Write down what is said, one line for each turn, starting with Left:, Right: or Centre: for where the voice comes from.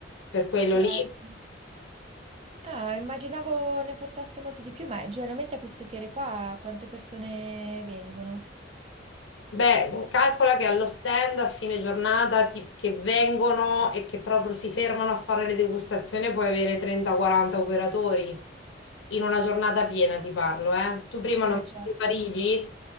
Left: per quello
Right: certo.
Left: lì.
Right: Ah, immaginavo ne portassi molto di più, ma generalmente a queste fiere qua quante persone vengono?
Left: Beh, calcola che allo stand a fine giornata ti- che vengono e che proprio si fermano a fare le degustazioni puoi avere 30-40 operatori in una giornata piena, ti parlo, eh. Tu prima
Right: Ah,
Left: non
Right: certo,
Left: di Parigi,